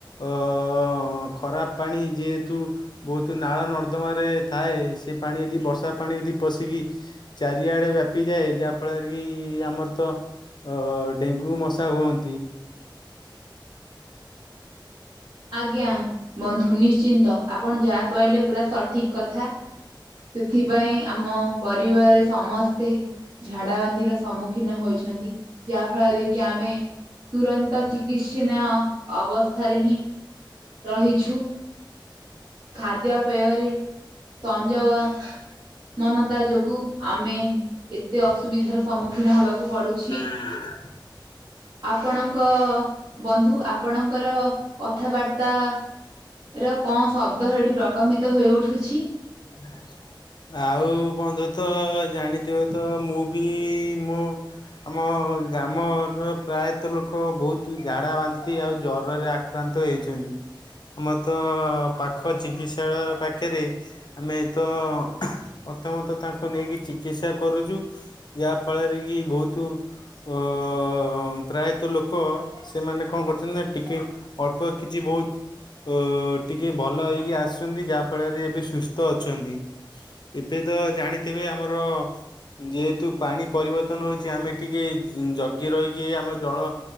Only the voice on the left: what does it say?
ଆଃ ଖରାପ ପାଣି ଯେହେତୁ ବହୁତୁ ନାଳ ନର୍ଦ୍ଦମା ରେ ଥାଏ, ସେ ପାଣି ଯଦି ବର୍ଷା ପାଣି ଯଦି ପଶିକି ଚାରିଆଡେ ବ୍ୟାପି ଯାଏ ଯାହା ଫଳରେ କି ଆମର ତ ଅ -ଅ ଡେଙ୍ଗୁ ମଶା ହୁଅନ୍ତି।
<inaudible>
<inaudible> ଆଉ-ଉ ବନ୍ଧୁ ତ-ଅ ଜାଣିଥିବେ ତ ମୁଁ ବି-ଇ-ଇ ମୋ ଆମ ଗ୍ରାମର ପ୍ରାୟତ ଲୋକ ବୋହୁତୁ ଝାଡା ବାନ୍ତି ଆଉ ଜରରେ ଆ ଆକ୍ରାନ୍ତ ହେଇଛନ୍ତି, ଆମର ତ ପାଖ ଚିକିତ୍ସାଳୟ ପାଖେରେ ଆମେ ତ ପ୍ରଥମ ତ ତାଙ୍କୁ ନେଇକି ଚିକିତ୍ସା କରୁଚୁ। ଯାହା ଫଳରେ କି ବୋହୁତୁ ଅ-ଅ-ଅ-ଅ-ଅ ପ୍ରାୟତ ଲୋକ ସେମାନେ କଣ କରୁଚନ୍ତି ନାଁ ଟିକେ ଅଳ୍ପ କିଛି ବହୁତ୍ ଅଁ ଟିକେ ଭଲ ହେଇକି ଆସୁଛନ୍ତି, ଯାହା ଫଳରେ ଏବେ ସୁସ୍ଥ ଅଛନ୍ତି। ଏବେ ତ ଜାଣିଥିବେ ଆମର ଯେହେତୁ ପାଣି ପରିବର୍ତ୍ତନ ହୋଉଛି, ଆମେ ଏଠିକି ଜ-ଜଗି ରହିକି ଆମ ଜଳ